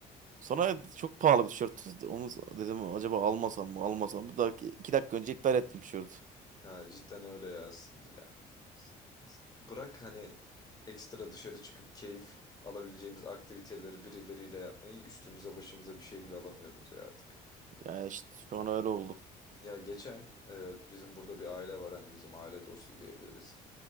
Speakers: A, on the right; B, on the left.
A: Sonra çok pahalı bir tişörttü. Onu dedim acaba almasam mı almasam mı? Daha ki- iki dakika önce iptal ettim tişörtü.
B: Ha, cidden öyle ya. S- ya. s- Bırak hani ekstra dışarı çıkıp keyif alabileceğimiz aktiviteleri birileriyle yapmayı üstümüze başımıza bir şey bile alamıyoruz ya artık.
A: Yani işte şu an öyle oldu.
B: Ya geçen e, bizim burada bir aile var hani bizim aile dostu diyebiliriz.